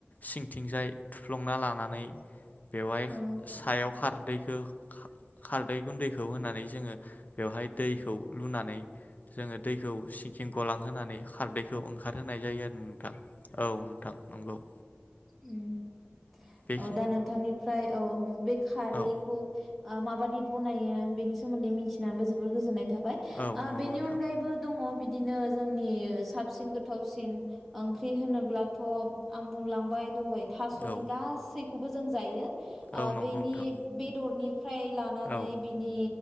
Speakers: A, on the left; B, in the centre.
A: सिंथिंजाय थुफ्लंना लानानै बेवहाय
B: अ
A: सायाव खारदैखौ खारदै गुन्दैखौ होनानै जोङो बेवहाय दैखौ लुनानै जोङो दैखौ सिंखिं गलांहानै खारदै बेखौ ओंखारहोनाय जायो आरो नोंथां औ नोंथां नंगौ।
B: उं
A: बेखि
B: औ दा नोंथांनि फ्राय औ बे खारैखौ
A: औ
B: माबादि बनायो बेनि सोमोन्दै मिथिनानैबो जोबोर गोजोननाय थाबाय
A: औ
B: ओ
A: नंगौ
B: बेनि
A: नोंथां
B: अनगायैबो दङ बिदिनो जोंनि साबसिन गोथावसिन ओंख्रि होनोब्लाथ आं बुंलांबाय दहाय थासनि
A: औ
B: गासै खौबो जों जायो ओ
A: औ नंगौ
B: बैनि
A: नोंथां
B: बेदरनि फ्राय लानानै
A: औ
B: बिनि